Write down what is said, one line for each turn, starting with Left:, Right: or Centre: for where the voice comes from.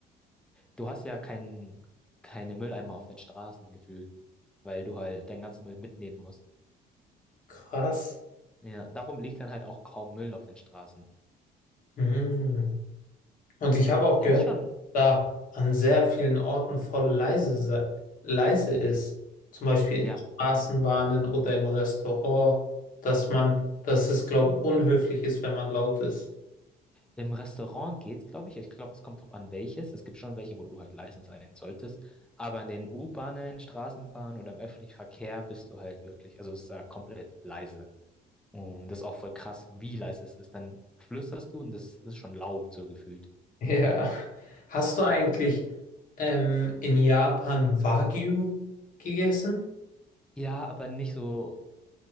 Centre: du hast ja kein, keine Mülleimer auf den Straßen gefühlt, weil du halt deinen ganzen Müll mitnehmen musst.
Left: Krass.
Centre: Ja, darum liegt dann halt auch kaum Müll auf den Straßen.
Left: Mhm. Und ich habe auch
Centre: Es
Left: gehört,
Centre: ist schon,
Left: da an sehr vielen Orten voll leise, se- leise ist. Zum Beispiel in
Centre: ja,
Left: Straßenbahnen oder im Restaurant, dass man, dass es, glaube ich, unhöflich ist, wenn man laut ist.
Centre: Im Restaurant geht's, glaube ich. Ich glaube, es kommt drauf an, welches. Es gibt schon welche, wo du halt leise sein solltest. Aber in den U-Bahnen, Straßenbahnen oder im öffentlichen Verkehr bist du halt wirklich, also es ist da komplett leise. Und das ist auch voll krass, wie leise es ist. Dann flüsterst du und das ist schon laut so gefühlt.
Left: <laughs> Ja. Hast du eigentlich ähm, in Japan Wagyu gegessen?
Centre: Ja, aber nicht so